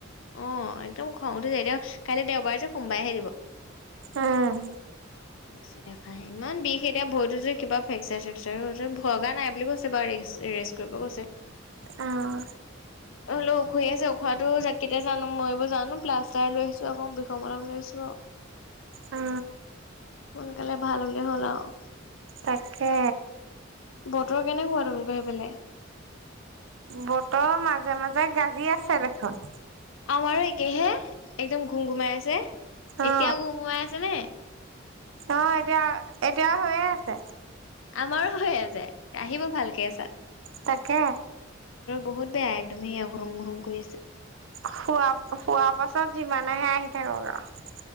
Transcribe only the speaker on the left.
অ, একদম খং উঠি যায়তি কাইলৈ দেওবাৰে যে সোমবাৰহে দিব।
বেছি দেখাই ইমান বিষ এতিয়া ভৰিতো কিবা ফ্ৰচাৰ সেচ্ছৰ হৈছে ভগা নাই বুলি কৈছে বাৰ ৰেষ্ট কৰিব কৈছে।
অ, হলেও উখহি আছে উখহিটো যাক কেতিয়া জানো মই এইবোৰ জানো প্লাষ্টাৰ লৈ আহিছো আক বিষৰ মলম লৈছো আকৌ।
সোনকালে ভাল হ'লে হ'ল আৰু
বতৰ কেনেকুৱা তমলোক ৰ সেইফালে।
আমাৰো একেহে একদম ঘুম- ঘুমাই আছে
এতিয়াও ঘুম গুমাই আছে নে?
আমাৰো হৈ আছে আহিব ভালকে চা
বহুত বেয়া একদম সয়া ঘুৰুম - ঘুৰুম কৰি আছে।